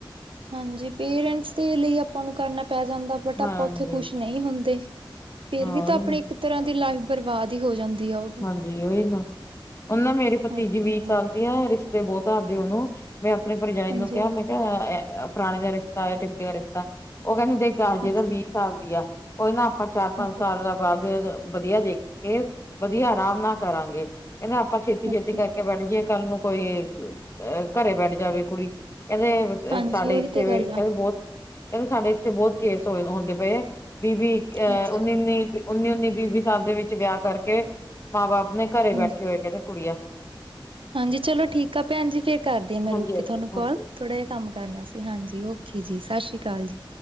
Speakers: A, on the right (about 85°); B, on the left (about 35°).
A: ਹਾਂਜੀ, ਪੇਰੈਂਟਸ ਦੇ ਲਈ ਆਪਾਂ ਨੂੰ ਕਰਨਾ ਪੈ ਜਾਂਦਾ ਬਟ
B: ਹਾਂਜੀ
A: ਆਪਾਂ ਉੱਥੇ ਖੁਸ਼ ਨਹੀਂ। ਨਹੀਂ ਹੁੰਦੇ ਫੇਰ
B: ਹਾਂ
A: ਵੀ ਤਾਂ।
B: ਉਹੀ
A: ਆਪਣੀ
B: ਨਾ
A: ਇੱਕ ਤਰ੍ਹਾਂ ਦੀ ਲਾਈਫ ਬਰਬਾਦ ਹੀ ਹੋ ਜਾਂਦੀ। ਆ ਉਹ
B: ਹਾਂਜੀ ਉਹੀ ਨਾ, ਉਹ ਨਾ ਮੇਰੇ ਭਤੀਜੀ
A: ਹਾਂਜੀ
B: ਵੀਹ
A: ਹਾਂ
B: ਸਾਲ ਦੀ ਆ ਰਿਸ਼ਤੇ ਬਹੁਤ ਆਦੇ ਉਹਨੂੰ ਮੈਂ ਆਪਣੀ ਭਰਜਾਈ
A: ਹਾਂਜੀ
B: ਨੂੰ ਕਿਹਾ ਮੈਂ ਕਿਹਾ ਫਲਾਣੇ ਦਾ ਰਿਸ਼ਤਾ ਆਇਆ ਤਿਮਕੇ ਦਾ ਰਿਸ਼ਤਾ ਉਹ ਕਹਿੰਦੇ ਦੇਖ ਅਜੇ
A: ਹਾਂਜੀ
B: ਤਾਂ ਵੀਹ ਸਾਲ ਦੀ ਆ, ਕੋਈ ਨਾ ਆਪਾਂ ਚਾਰ ਪੰਜ
A: ਹਾਂਜੀ
B: ਸਾਲ ਬਾਅਦ ਵਧੀਆ ਦੇਖ ਕੇ ਵਧੀਆ ਆਰਾਮ ਨਾਲ ਕਰਾਂਗੇ ਕਹਿੰਦੇ ਆਪਾਂ ਛੇਤੀ-ਛੇਤੀ
A: ਹਾਂਜੀ
B: ਕਰਕੇ ਬੈਠ ਜਏ ਕੱਲ੍ਹ ਨੂੰ ਕੋਈ ਅ ਘਰੇ ਬੈਠ ਜਾਵੇ ਕੁੜੀ, ਕਹਿੰਦੇ
A: ਹਾਂਜੀ
B: ਸਾਡੇ
A: ਉਹੀ
B: ਇੱਥੇ
A: ਤੇ ਗੱਲ
B: ਵੀ ਕਹਿੰਦੇ
A: ਆ
B: ਬਹੁਤ ਕਹਿੰਦੇ ਸਾਡੇ ਇੱਥੇ ਬਹੁਤ ਕੇਸ ਹੋਏ ਹੁੰਦੇ ਪਏ ਆ ਵੀਹ-ਵੀਹ
A: ਹਾਂਜੀ
B: ਅ ਉੱਨੀ-ਉਨੀ ਉੱਨੀ-ਉੱਨੀ, ਵੀਹ-ਵੀਹ ਸਾਲ ਦੇ ਵਿੱਚ ਵਿਆਹ ਕਰਕੇ, ਮਾਂ-ਬਾਪ ਨੇ ਘਰੇ
A: ਹਾਂਜੀ
B: ਬੈਠੇ ਹੋਏ ਕਹਿੰਦੇ ਕੁੜੀਆਂ।
A: ਹਾਂਜੀ ਚਲੋ ਠੀਕ ਆ ਭੈਣ ਜੀ ਫੇਰ ਕਰਦੀ ਹਾਂ ਮੈਂ
B: ਹਾਂਜੀ
A: ਰੁਕ
B: ਹਾਂਜੀ
A: ਕੇ ਤੁਹਾਨੂੰ ਕਾੱਲ।
B: ਹਾਂਜੀ
A: ਥੋੜ੍ਹਾ ਜਿਹਾ ਕੰਮ ਕਰਨਾ ਸੀ ਹਾਂਜੀ ਓਕੇ ਜੀ ਸਾਸਰੀ ਕਾਲ ਜੀ।